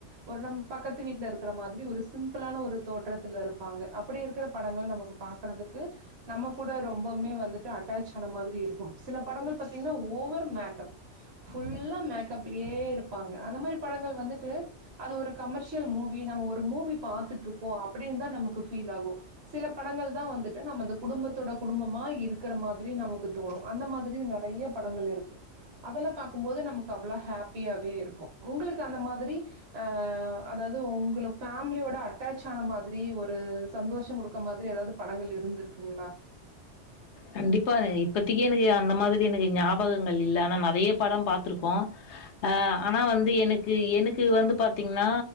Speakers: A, on the right; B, on the left.
A: ஒரு நம்ம பக்கத்து வீட்ல இருக்கிற மாதிரி ஒரு சிம்பிளான ஒரு தோற்றத்துல இருப்பாங்க அப்படி இருக்கிற படங்கள் நமக்கு பாக்குறதுக்கு நம்ம கூட ரொம்பவுமே வந்துட்டு அட்டாச் ஆன மாதிரி இருக்கும் சில படங்கள் பாத்தீங்னா ஓவர் மேக்கப் புல்லா மேக்கப்லயே இருப்பாங்க அந்த மாதிரி படங்கள் வந்துட்டு அது ஒரு கமர்ஷியல் மூவி நம்ம ஒரு மூவி பாத்துட்டு இருக்கோ அப்டின்னு தா நமக்கு ஃபீல் ஆகு சில படங்கள் தா வந்துட்டு நம்ம அந்த குடும்பத்தோட குடும்பமா இருக்கிற மாதிரி நமக்கு தோணு அந்த மாதிரி நெறைய படங்கள் இருக்கு அதெல்லா பாக்கும்போது நமக்கு அவ்ளோ ஹாப்பியாவே இருக்கு உங்களுக்கு அந்த மாதிரி அ அதாவது உங்களுக்கு ஃபேமிலியோட அட்டாச் ஆன மாதிரி ஒரு சந்தோஷோ குடுக்க மாதிரி ஏதாவது படங்கள் இருந்துருக்குங்ளா
B: கண்டிப்பா இப்பத்தைக்கி எனக்கு அந்த மாதிரி எனக்கு ஞாபகங்கள் இல்ல ஆனா நெறைய படம் பாத்துருக்கோ போ அ ஆனா வந்து எனக்கு எனக்கு வந்து பாத்தீங்னா